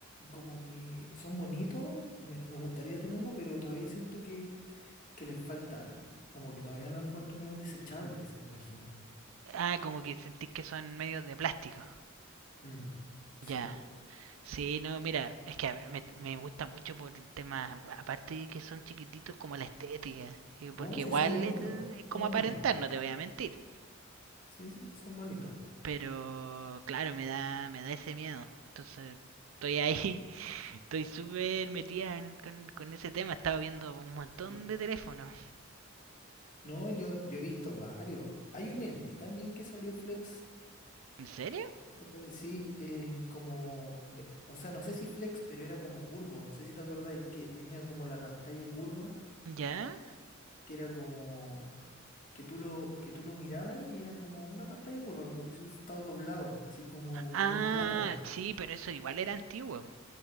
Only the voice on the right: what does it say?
Ah, como que sentís que son medios de plástico.
Ya, sí, no, mira, es que me, me gusta mucho por el tema, aparte de que son chiquititos, como la estética. eh, Porque
igual
es es como
aparentar, no te voy a mentir.
Pero claro, me da, me da ese miedo. Entonces, estoy ahí Estoy súper metida en- con, con ese tema. Estaba viendo un montón
de teléfonos.
¿En serio?
¿Ya?
Ah,
sí, pero eso igual era antiguo.